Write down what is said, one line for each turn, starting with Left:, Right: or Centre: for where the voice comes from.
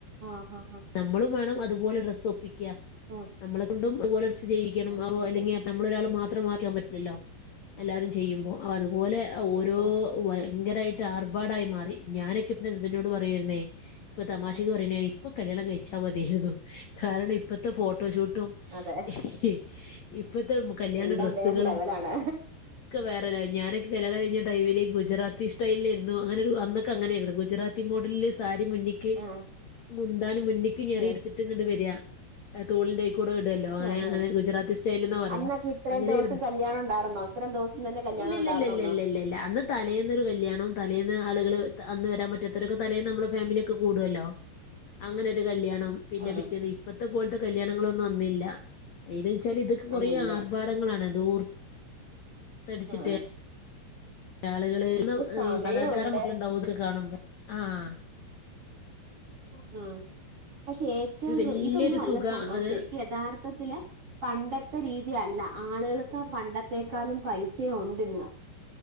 Right: ആഹ് ആഹ്
Left: നമ്മള അതുപലെ സോപ്പിക്ക
Right: ആഹ്
Left: നമ്മളെ ല ഈൗ അഹ് ജീവിക്കണം
Right: ഓക്കെ ഓക്കെ
Left: അല്ലെങ്കിൽ നമ്മൾ ഒരാൾ മാത്രം മാത്രമാക്കാൻ പറ്റില്ലല്ലോ എല്ലാരും ചെയ്യുമ്പോ അ അത തുപോലെ ഓരോ
Right: ഇല്ല
Left: ഭയങ്കരമായിട്ട്
Right: ഉം
Left: ആർഭാടായി മാറി ഞാനൊക്കെ ഹസ്ബന്റിനോട് പറയരുന്നേ ഇപ്പൊ തമാശക്ക്
Right: ഉം.
Left: പറയുന്ന ഇച്ചാൽതിയരുന്നു കാരണം ഇപ്പഴത്തെ ഫോട്ടോ ഫോട്ടോഷൂട്ടും
Right: അതെ
Left: ഏഹ്ഹ് ഇപ്പോഴത്തെ കല്യാണ
Right: എല്ലാം
Left: ഡ്രെസ്സുകളും
Right: വേറെ ലെവലാണ്
Left: വേറ ഞാനൊക്കെ കല്യാണം കഴിഞ്ഞ ടൈമില് ഗുറാത്തി സ്റ്റൈലിൽ ആരുന്നു അങ്ങനെ ഒരുൊക്കെ അങ്ങൊയിരുന്നു ഗുജറാത്തി മോഡലിൽ സാരി അടി മണ്ടിക്ക്
Right: ആഹ്
Left: മുന്താണി മുന്നിക്ക് ഞെറി
Right: ഉം
Left: എടുത്തിട്ടും ഇങ്ങ് വരിക തോളിന്റെയ്ക്ക കൂടെ ഇടല്ലോ അങ്ങനെ
Right: ആഹ്
Left: അങ്ങനെ
Right: ആഹ്
Left: ഗുജറാത്തി സ്റ്റൈല എന്നാ പറയാ
Right: അന്നൊക്കെ ഇത്രയും
Left: അങ്ങനെയരുന്നു
Right: ദിവസം കല്യാണം ഉണ്ടായിരുന്നോ ഇത്രയും ദിവസം തന്നെ കല്യാണം
Left: ഇല്ലല്ല
Right: ഉണ്ടായിരുന്നോ
Left: ഇല്ല ഇല്ല ഇല്ല ഇല്ല ഇല്ല അന്ന് തലേന്നൊരു കല്യാണംോ തലേ ആളുകൾ അന്ന് വരാൻറ്റും മറ്റത്തൊക്കെലയും നമ്മള ഫാമിലി ഒെ കൂടുുവല്ലോ അങ്ങനെ ഒരു കല്യാണം പിന്നെ
Right: ആ
Left: പിറ്റേന്ന് ഇപ്പത്തെ പോലത്തെ കല്യാണങ്ങളൊന്നും അന്നില്ല എങ്ങനെ വെച്ചാല് ഇതൊക്കെ കൊറേ
Right: അന്നില്ല
Left: ആർഭാടങ്ങളാണ്ത്ൂർത്തടിച്ചിട്ട്
Right: ആ ആ
Left: ആളുകളള്ന്ന്
Right: ഇപ്പൊ സമയമുണ്ട്
Left: സാധാരണക്കാര മക്കളുണ്ടാവുംതൊക്കെ കാണുമ്പോ ആഹ
Right: ആഹ പക്ഷെ ഏറ്റവും
Left: ഒരു
Right: ഇത്
Left: വലിയൊരു
Right: ഇതൊന്നും അല്ല
Left: തുക
Right: സംഭവം
Left: അത്
Right: ശരിക്കും യഥാർത്ഥത്തില് പണ്ടത്തെ രീതി യല്ല ആളുകൾക്ക് പണ്ടത്തെേക്കാളും പൈസ ഉണ്ട്ന്ന്